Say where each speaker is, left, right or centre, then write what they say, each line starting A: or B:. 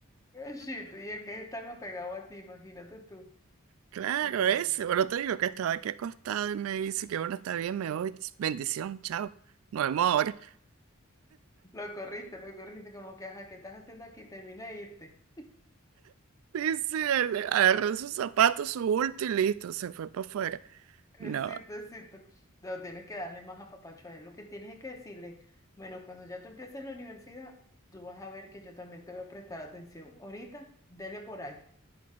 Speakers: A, on the left; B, on the right.
A: gachito, y es que es tan apegado a ti, imagínate tú.
B: Claro,
A: No.
B: ese. Bueno, te digo que estaba aquí acostado y me dice que bueno, está bien, me voy. Bendición, chao. Nos vemos ahora.
A: Lo corriste, lo corriste, como que, ajá, ¿qué estás haciendo aquí? Termina de irte.
B: Sí, sí, él agarró sus zapatos, su bulto y listo, se fue para afuera.
A: Éxito,
B: No,
A: éxito. No, tienes que darle más apapacho a él. Lo que tienes es que decirle, bueno, cuando ya tú empieces la universidad, tú vas a ver que yo también te voy a prestar atención. Ahorita, dele por ahí.